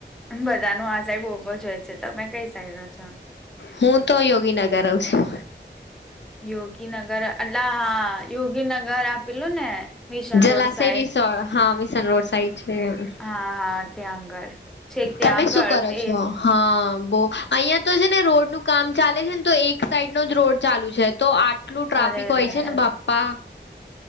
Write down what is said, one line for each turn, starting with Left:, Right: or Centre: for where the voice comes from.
Centre: બધા ન આ સાહેબ બહો જ હોય છે. તમે કઈ સાઈડ રહો છો
Left: હું તો યોગીનગર રહું છું.
Centre: યોગી નગર. એટલે હા યોગીનગર આપેલું ને મિશન
Left: જલાશય
Centre: રોડ સાઈડ.
Left: રિસોર્ટ હા મિશન રોડ સાઈડ છે.
Centre: હા, હા તે્યાં આગળ છેક તેં
Left: તમે
Centre: આગળ
Left: શું કરો
Centre: તે.
Left: છો હા બો અહીિયાંયા તો છે ને રોડનું કામ ચાલે છે ને તો એક સાઈડ નો જ રોડ ચાલુ છે તો આ. કેટલું ટ્રાફિક
Centre: અરે અરે
Left: હોય
Centre: રે
Left: છે ને બાપા.